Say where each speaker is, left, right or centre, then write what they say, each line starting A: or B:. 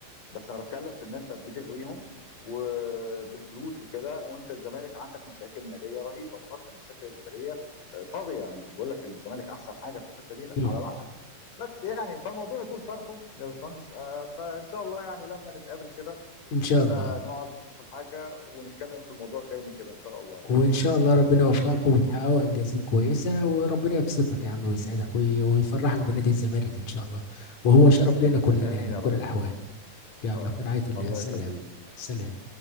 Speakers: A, on the left (about 85°); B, on the left (about 60°).
A: بس انا بتكلم في ان انت بتغريهم وبالفلوس وكده وانت الزمالك عندك مشاكل ماليه رهيبه برضه المشاكل الاداريه آه، طاغيه انا مش بقول لك الزمالك احسن حاجه في الحته دي لا
B: امم
A: على العكس بس يعني فالموضوع يطول شرحه يا باشمهندس آه، فان شاء الله يعني لما نتقابل كده
B: ان شاء
A: نبقى
B: الله
A: نقعد نشرب حاجه ونتكلم في الموضوع تاني كده ان شاء الله يعني
B: وان شاء الله ربنا يوفقكم وتحققوا انجازات كويسه وربنا يبسطك يا عم ويسعدك وي- ويفرحك بنادي الزمالك ان شاء الله وهو شرف لنا كلنا
A: امين
B: يعني
A: يا
B: بكل
A: رب
B: الاحوال يلا
A: اه
B: في رعايه الله
A: الله
B: سلام
A: يخليك
B: سلام